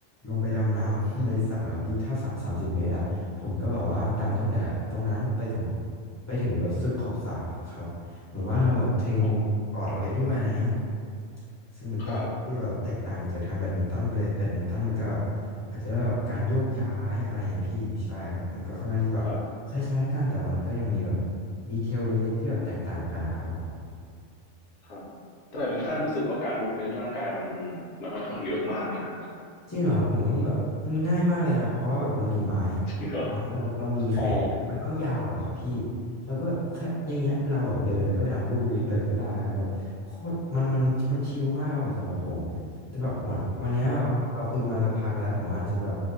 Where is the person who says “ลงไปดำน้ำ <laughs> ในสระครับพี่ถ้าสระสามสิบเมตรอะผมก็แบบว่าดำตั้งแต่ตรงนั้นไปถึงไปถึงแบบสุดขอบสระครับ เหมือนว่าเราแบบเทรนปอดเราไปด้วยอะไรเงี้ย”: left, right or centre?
Left